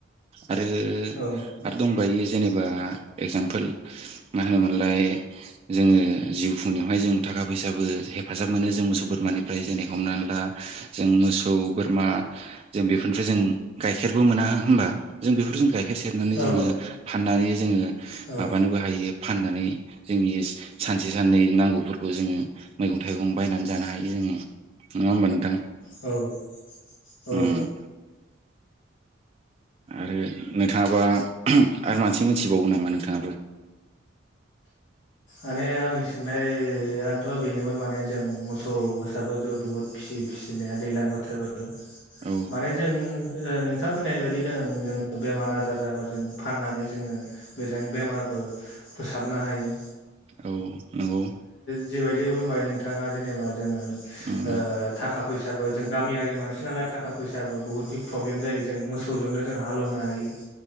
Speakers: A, on the right; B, on the left.
A: आरो
B: औ
A: आरो दंबावो जेने जेबा एगजामपोल मा होनोमोनलाय जोङो जिउ खुंनायावहाय जों थाखा फैसाबो हेफाजाब मोनो जों मोसौ बोरमानिफ्राय जेरै हमनानै ला जों मोसौ बोरमा जों बेफोरनिफ्राय जों गाइखेरबो मोना होमबा? जों बेफोर जों गाइखेर सेरनानै
B: औ
A: जोङो फाननानै जोङो
B: औ
A: माबानोबो हायो फाननानै जोंनि सानसे साननै नांगौफोरखौ जोङो मैगं-थाइगं बायनानै जानो हायो जोङो नङा होनबा‌ नोंथां?
B: औ औ
A: उम आरो नोंथाङाबा आरो मानसि मोनथिबावो नामा नोंथाङाबो।
B: आरो आंनि सोंनायानोथ' बेनोमोन माने जों मोसौ मोसाबो जों बुहुद फिसियो फिसिनाया दैज्लां बो थोरबो
A: औ
B: माने जों ओ नोंथां होननाय बायदिनो जोङो बेमार आजार जाबा जोङो फाननानै जोङो बेजों बेमारबो फोसाबनो हायो।
A: औ नंगौ।
B: जिबायदि बुंबाय नोंथाङा जेनेबा जोङो
A: उम
B: ओ थाखा फैसाबो जों गामियारि मानसि नालाय थाखा फैसाबो बुहुतनि प्रब्लेम जायो जों मोसौ जोंनो जों हालेवनो हायो